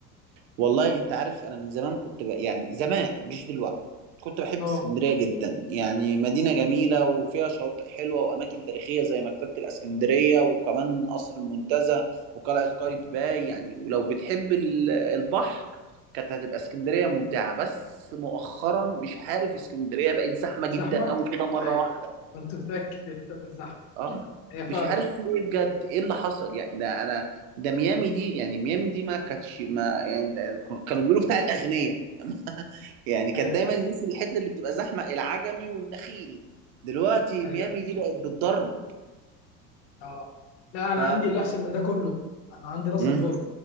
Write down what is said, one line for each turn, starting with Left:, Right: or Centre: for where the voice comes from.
Right: والله انت عارف انا من زمان كنت ب... يعني زمان مش دلوقتي كنت بحب
Left: اه
Right: اسكندرية جدا يعني مدينة جميلة وفيها شواطئ حلوة وأماكن تاريخية زي مكتبة الإسكندرية وكمان قصر المنتزه وقلعة قايتباي يعني ولو بتحب ال- البحر كانت هتبقى اسكندرية ممتعة بس مؤخرا مش عارف اسكندرية بقت زحمة جدا
Left: زحمه؟
Right: أوي كده مرة
Left: ايوه
Right: واحدة
Left: كنت متاكد ان انت تقول زحمه
Right: اه
Left: هي فعلا
Right: مش عارف في ايه بجد ايه اللي حصل يعني ده انا ده ميامي دي يعني ميامي دي ما كانتش ما يعني ده كانوا بيقولوا بتاع الأغنياء <laughs> يعني كانت
Left: ايوه
Right: دايما
Left: ايوه
Right: الناس اللي الحته اللي بتبقى زحمه العجمي والنخيل دلوقتي
Left: ايوه
Right: ميامي دي بقت بالضرب
Left: اه لا انا
Right: فبصراحه
Left: عندي اللي احسن من ده كله انا عندي راس
Right: مم.
Left: البر